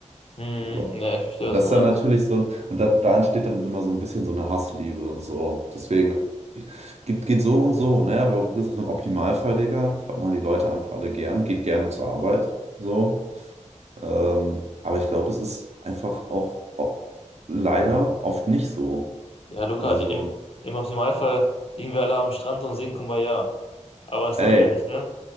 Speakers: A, on the left; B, on the right.
A: Mhm.
B: So.
A: Ja, ich verstehe,
B: Und
A: was
B: das
A: du
B: ist
A: meinst.
B: dann natürlich so, ein- und da, da entsteht dann immer so ein bisschen so eine Hassliebe. So. Deswegen geht, geht so und so, ne? Aber das ist ein Optimalfall, Digga. Hat man die Leute einfach alle gern, geht gerne zur Arbeit. So. Ähm, aber ich glaube, es ist einfach auch, auch leider oft nicht so.
A: Ja, Luca,
B: Also,
A: im, im Optimalfall liegen wir alle am Strand und singen Kumbaya. Aber das
B: ey.
A: tun wir ja nicht, ne?